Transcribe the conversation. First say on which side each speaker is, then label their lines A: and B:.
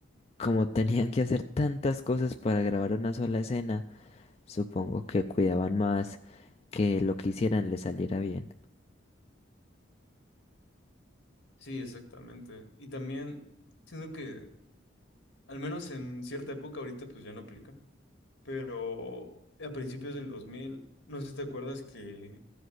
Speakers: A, on the left; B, on the left.
A: como tenían que hacer tantas cosas para grabar una sola escena, supongo que cuidaban más que lo que hicieran le saliera bien.
B: Sí, exactamente. Y también siento que, al menos en cierta época ahorita, pues ya no aplica, pero a principios del 2000 no sé si te acuerdas que